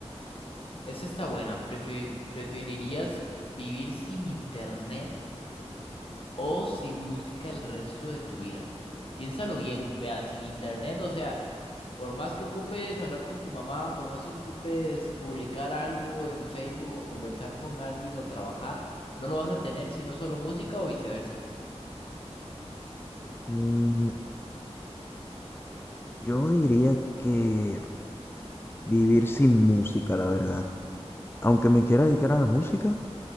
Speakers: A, on the left; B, on the left.
A: Esa está buena. Prefi- ¿preferirías vivir sin internet? o sin música el resto de tu vida. Piénsalo bien, vea, sin internet, o sea, por más que ocupes hablar con tu mamá, por más que ocupes publicar algo en Facebook o conversar con alguien o trabajar, no lo vas a tener sino solo música o viceversa.
B: Mm, yo diría que vivir sin música, la verdad. Aunque me quiera dedicar a la música.